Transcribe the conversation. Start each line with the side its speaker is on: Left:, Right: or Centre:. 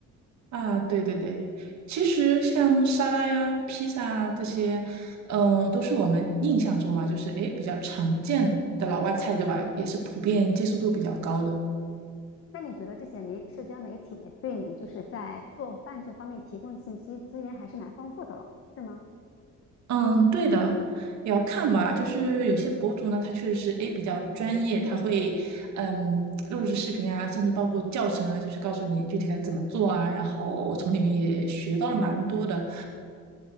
Right: 啊，对对对，其实像沙拉呀、披萨啊这些，嗯、呃都是我们印象中嘛，就是诶比较常见的老外菜，对吧？也是普遍接受度比较高的。
Left: 那你觉得这些媒社交媒体对你就是在做饭这方面提供信息资源还是蛮丰富的了，是吗？
Right: 嗯，对的，也要看吧。就是有些博主呢，他确实是诶比较专业，他会嗯录制视频啊，甚至包括教程啊，就是告诉你具体该怎么做啊。然后我从里面也学到了蛮多的，